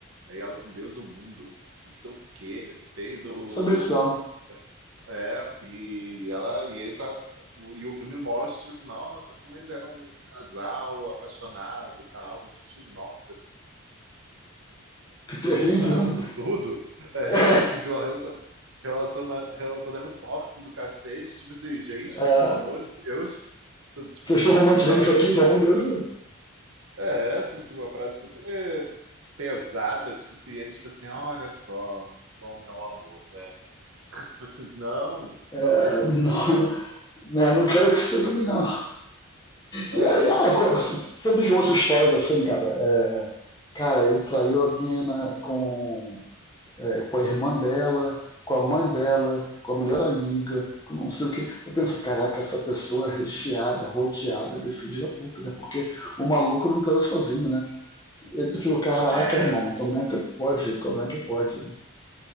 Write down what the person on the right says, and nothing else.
aí ela com Deus e o mundo, não sei o quê, fez o.
É, e ela. E, eles, a- e o filme mostra, tipo assim, nossa, como eles eram um casal apaixonado e tal. Mas, tipo, assim, nossa,
precisava isso tudo? É,
<laughs> tipo assim, de uma relação, relaciona- relacionamento tóxico do cacete. Tipo assim, gente,
pelo amor de Deus. Tipo,
que ideia.
É, essa, tipo, uma parada super pesada. Tipo assim, ele, tipo assim, olha só como é o amor, né? Tipo assim, não,
não é assim,
não.
É,
tipo
assim,
é,